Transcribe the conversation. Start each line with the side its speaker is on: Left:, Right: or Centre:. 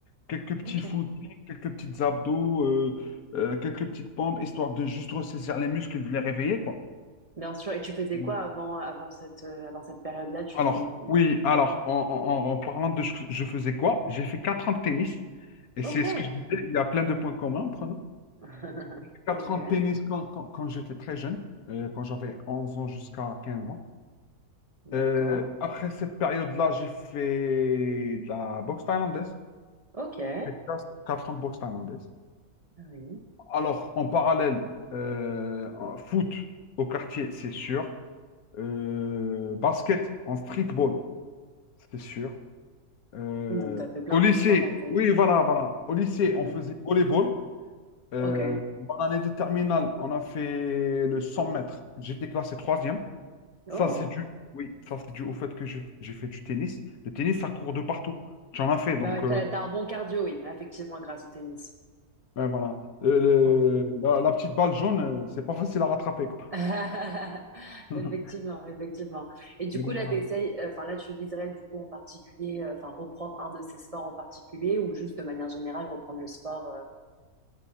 Left: Quelques petits
Right: Ok.
Left: footings, quelques petites abdos, euh, euh, quelques petites pompes, histoire de juste ressaisir les muscles, de les réveiller, quoi.
Right: Bien sûr. Et tu faisais
Left: Mm.
Right: quoi avant avant cette euh, avant cette période-là? Tu.
Left: Alors, oui, alors, en, en- en- en parlant de ce que je faisais quoi, j'ai fait quatre ans de tennis. Et
Right: Ok.
Left: c'est ce que je disais, il y a plein de points communs entre nous.
Right: <laughs>
Left: J'ai fait Quatre
Right: Ok.
Left: ans de tennis quand, quand- quand j'étais très jeune, euh, quand j'avais 11 ans jusqu'à 15 ans.
Right: D'accord.
Left: Euh, après cette période-là, j'ai fait de la boxe thaïlandaise.
Right: Ok. Ah
Left: Texas, 4 ans de boxe thaïlandaise.
Right: Oui.
Left: Alors, en parallèle, euh, en foot au quartier, c'est sûr. Euh, basket en streetball, c'est sûr. Euh,
Right: Donc t'as fait plein
Left: au lycée,
Right: de sports dans ta
Left: oui,
Right: vie.
Left: voilà, voilà. Au lycée,
Right: <laughs>
Left: on faisait volleyball. Euh,
Right: Ok.
Left: en année de terminale, on a fait le 100 mètres. J'étais classé troisième.
Right: Oh,
Left: Ça, c'est dû, oui, ça, c'est dû au fait que je- j'ai fait du tennis. Le tennis, ça court de partout. J'en ai fait, donc
Right: bah, ouais, t'as,
Left: euh,
Right: t'as un bon cardio, oui, Bah, effectivement, grâce au tennis.
Left: Ouais, voilà. Le- le-
Right: Pardon.
Left: la, la petite balle jaune, euh, c'est pas facile à rattraper, quoi.
Right: <laughs>
Left: <laughs>
Right: Effectivement, effectivement. Et du
Left: Et
Right: coup,
Left: donc,
Right: là,
Left: voilà.
Right: t'essayes, euh, enfin, là, tu viserais, du coup, en particulier, euh, enfin, reprendre un de ces sports en particulier ou juste de manière générale reprendre le sport. euh,